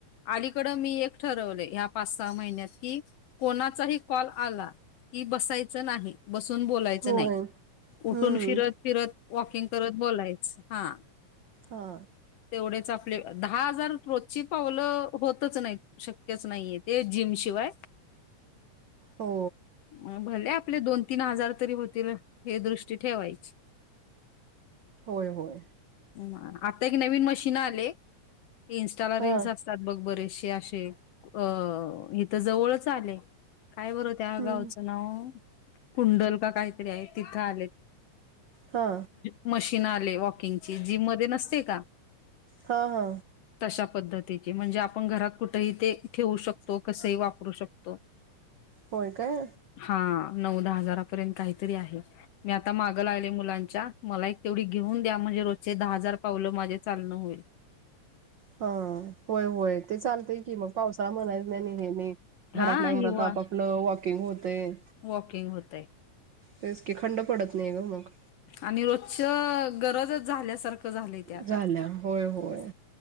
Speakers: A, on the left (about 70°); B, on the right (about 85°).
A: अलीकडं मी एक ठरवले ह्या पाच सहा महिन्यात की कोणाचाही कॉल आला कि बसायचं नाही बसून बोलायचं
B: होय
A: नाही.
B: हम्म
A: उठून फिरत फिरत वॉकिंग करत बोलायच हा.
B: हा.
A: तेवढेच आपले दहा हजार रोजची पावलं होतच नाही शक्यच नाहीये ते जिम शिवाय.
B: हो
A: पण भले आपले दोन तीन हजार तरी होतील हे दृष्टी ठेवायची.
B: होय होय.
A: ह आता एक नवीन मशीन आले इंस्टाला
B: हा
A: रील्स असतात बघ बरेचसेे असे अ हेथ जवळच आले काय बर त्या
B: हम्म
A: गावचं नाव कुंडल का काहीतरी आहे तिथं आले.
B: हा
A: मशीन आलेय वॉकिंगची जिम मध्ये नसते का?
B: हा हा.
A: तशा पद्धतीची म्हणजे आपण घरात कुठेही ते ठेवू शकतो कसही वापर करू शकतो
B: होय काय
A: हा नऊ दहा हजारापर्यंत काहीतरी आहे. मी आता मागं लागले मुलांच्या मला एक तेवढी घेऊन द्या म्हणजे रोजचे दहा हजार पावलं माझे चालणं होईल.
B: हा होय होय ते चालतय की मग पावसाळा म्हणायचं नाही हे नाही. घरातल्या
A: हा हिवा
B: घरात आपापलं वॉकिंग होतय.
A: वॉकिंग होतय.
B: तेच की खंड पडत नाही ग मग.
A: आणि रोजच गरजच झाल्यासारखं झालंय ते आता.
B: झाल्या होय होय